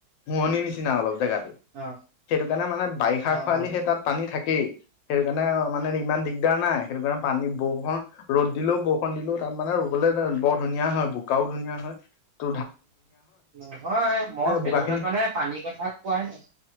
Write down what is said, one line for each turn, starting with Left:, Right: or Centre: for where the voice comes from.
Left: মুৰণিৰ নিচিনা অলপ জেগাটো,
Right: অ
Left: সেইটো কাৰণে মানে বাৰিষা।
Right: অ
Left: খোৱালি
Right: অ
Left: সেই তাত পানী থাকেই সেইটো কাৰণে মানে ইমান দিগদাৰ নাই সেইটো কাৰণে পানী বৰষুণ ৰ'দ দিলেও বৰষুণ দিলেও তাত মানে ৰুবলৈ বৰ ধুনীয়া হয় বোকাও ধুনীয়া হয় তো
Right: নহয় মই সেইটো
Left: বোকা
Right: কথা
Left: খিনি
Right: কোৱা নাই পানীৰ কথা কোৱাই নাই।